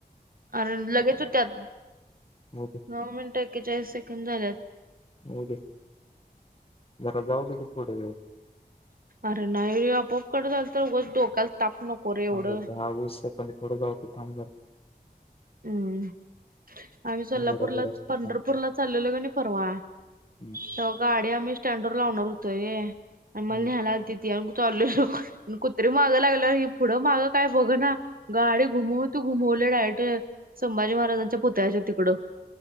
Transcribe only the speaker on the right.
आर लगेच होत्यात,
नऊ मिनिटं एक्केचाळीस सेकंद झाल्यात.
अरे! नाही, रे आपोआप कट झाला, तर उगाच डोक्याला ताप नको रे एवढं.
हम्म! आम्ही, सोलापूरला
पंढरपूरला
चालेलो, कणी परवा,
तेव्हा गाडी आम्ही स्टँडवर लावणार <unintelligible> आम्हांला,
न्यायला आलतीत <unintelligible> चालू शकू कुत्री मागं लागल्यावर, पुढं माग काय बघना. गाडी घुमवतो. घुमवलयं डायरेक्टचं <unintelligible> संभाजी महाराजांच्या पुतळ्याच्या तिकडं